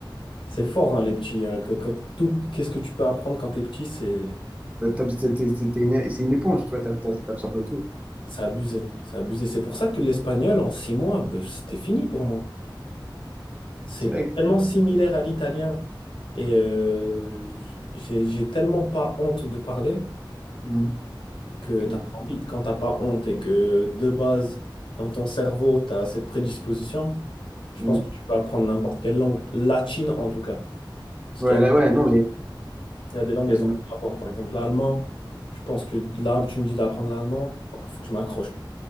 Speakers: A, on the left; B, on the right.
A: C'est fort, hein, les petits. hein, que- que- tout, qu'est-ce que tu peux apprendre quand t'es petit, c'est
B: T'as- t'as- t'es- t'es- t'es- t'es une- C'est une éponge, tu vois, t'as- t'as- t'absorbes tout.
A: c'est abusé. C'est abusé. C'est pour ça que l'espagnol, en six mois, ben, c'était fini pour moi. C'est
B: Direct.
A: tellement similaire à l'italien. Et euh, j'ai j'ai tellement pas honte de parler
B: Mhm.
A: que
B: Ok.
A: t'apprends vite. Quand t'as pas honte et que de base, dans ton cerveau, t'as cette prédisposition, je
B: Ouais.
A: pense que tu peux apprendre n'importe quelle langue. Latine, en tout cas. Parce
B: Ouais,
A: qu'il y a
B: là, ouais, non, mais
A: Il y a des langues,
B: j'imagine-
A: elles ont un rapport. Par exemple, l'allemand, je pense que là, tu me dis d'apprendre l'allemand, il faut que je m'accroche.